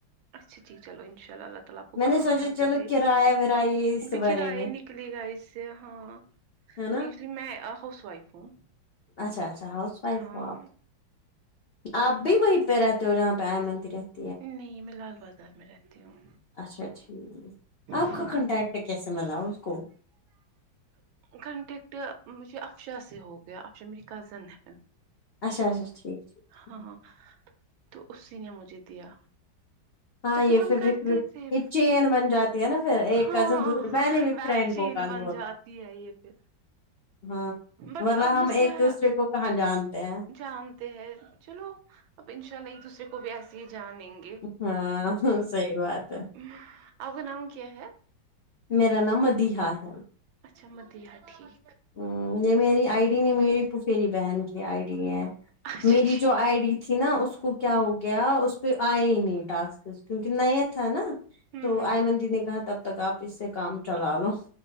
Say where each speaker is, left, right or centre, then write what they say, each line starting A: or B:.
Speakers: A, on the right; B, on the left.
A: اچا جٹھیک چلو انشاء اللہ تعالی آپ کو
B: میں نے
A: کامیابی
B: سوچا چلو
A: دے
B: کرایہ ورایہ اس
A: اب
B: سے بھریں
A: کرایہ
B: گے
A: نکلے گا اس سے ہاں
B: ہے نا
A: نیکسٹ جی میں ہاؤس وائف ہوں
B: اچھا اچھا ہاؤس وائف
A: ہاں
B: ہو آپ آپ بھی وہیں پہ رہتے ہو جہاں پہ آئے مندر ہے
A: نہیں میں لال بازار میں رہتی ہوں
B: اچھا ٹھیک
A: ہم۔
B: آپ کا کنٹیکٹ کیسے ملا اس کو
A: کانٹیکٹ مجھے افشا سے ہو گیا افشا میری کزن ہے
B: اچا اچا ٹھیک ٹھیک
A: ہاں تو اسی نے مجھے دیا
B: ہاں
A: تو
B: یہ
A: ہم
B: پھر
A: کرتے
B: ر
A: تھے
B: یہ چین بن جاتا ہے نا پھر ایک
A: ہاں
B: کزن دوسری
A: ہاں
B: میں نے بھی
A: ویب
B: فرینڈ
A: چین
B: کو کل
A: بن
B: بولا
A: جاتی ہے یہ پھر
B: ہاں
A: بٹ
B: ورہ
A: اب
B: ہم
A: مسئلہ
B: ایک دوسرے کو کہاں جانتے ہیں
A: جانتے ہیں چلو اب ان شاء اللہ ایک دوسرے کو بھی ایسے ہی جانیں گے
B: ہاں صحیح بات ہے
A: آپ کا نام کیا ہے
B: میرا نام مدیحہ ہے
A: اچھا مدیہ ٹھیک
B: ہمم یہ میری آئی ڈی نہیں میری پفیری بہن کی آئی ڈی ہے
A: اچھا
B: میری
A: ٹھیک
B: جو آئی ڈی تھی نا اس کو کیا
A: ہ
B: ہو گیا اس پہ آیا ہی نہیں ٹاسک کیونکہ نہیں تھا نا
A: ہ
B: تو
A: ہ
B: آئی مندی نے کہا تب تک آپ اس سے کام چلا لو